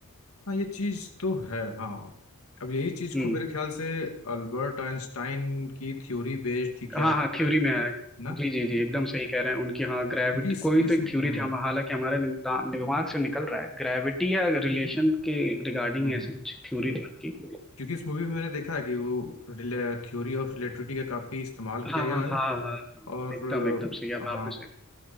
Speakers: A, on the left (about 75°); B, in the centre.
A: हाँ ये चीज़ तो है हाँ अब यही चीज़
B: हम्म।
A: को मेरे ख्याल से अल्बर्ट आइंस्टाइन की थ्योरी बेस्ड थी क्या
B: हाँ
A: कि
B: हाँ
A: क्या
B: थ्योरी में है
A: ना
B: जी जी जी एकदम सही कह रहे हैं उनकी हाँ ग्रेविटी
A: क्योंकि इस
B: कोई
A: इस
B: तो एक
A: हम्म
B: थ्योरी थी हम हालांकि हमारे नि- दा- दिमाग से निकल रहा है ग्रेविटी या रिलेशन के रिगार्डिंग
A: हम्म
B: ऐसी कुछ थ्योरी थी उनकी
A: क्योंकि इस मूवी में मैंने देखा है कि वो रिले थ्योरी ऑफ रिलेटिविटी का काफ़ी इस्तेमाल किया
B: हाँ
A: गया
B: हाँ
A: है
B: हाँ हाँ हाँ
A: और
B: एकदम एकदम सही अब
A: अ,
B: आपने
A: हाँ
B: सही